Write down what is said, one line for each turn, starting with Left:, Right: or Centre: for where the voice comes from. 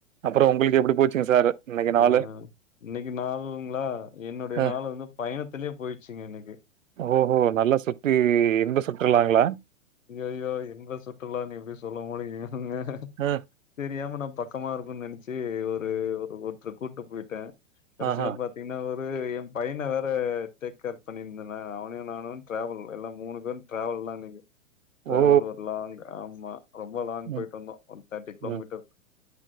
Right: அப்புறம் உங்களுக்கு எப்படி போச்சுங்க சார் இன்னைக்கு நாளு?
Left: ஆ இன்னிக்கு நாளுங்ளா என்னுடைய
Right: அ,
Left: நாள் வந்து பயணத்துலயே போய்ட்ச்சுங்க எனக்கு
Right: ஓஹோ நல்லா சுத்தி இன்ப சுற்றுலாங்ளா
Left: ஐயயோ இன்ப சுற்றுலானு எப்டி சொல்ல முடியுங்க
Right: அ
Left: தெரியாம நா பக்கமா இருக்குன் நெனச்சு ஒரு ஒரு ஒருத்தர கூட்டு போய்ட்டே கடசீல
Right: ஆஹா.
Left: பாத் ன்னா ஒரு எ பையன வேற டேக் கேர் பண்ணியிருந்தனா அவனையு நானு ட்ராவல் எல்லா மூணு பேரு ட்ராவல்தா அன்னைக்கு ட்ராவல்
Right: ஓ! ஓ!
Left: ஒரு லாங் ஆமா ரொம்ப லாங்
Right: ம்,
Left: போய்ட்டு வந்தோ தேர்டி கிலோமீட்டர்
Right: ம்.